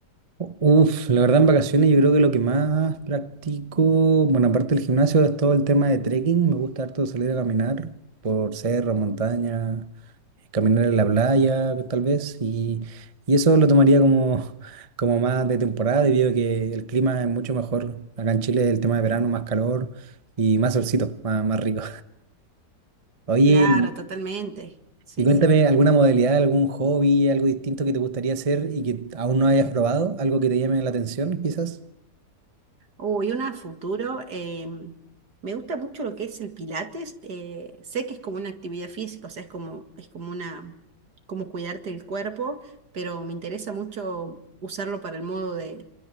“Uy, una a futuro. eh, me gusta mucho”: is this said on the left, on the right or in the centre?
Right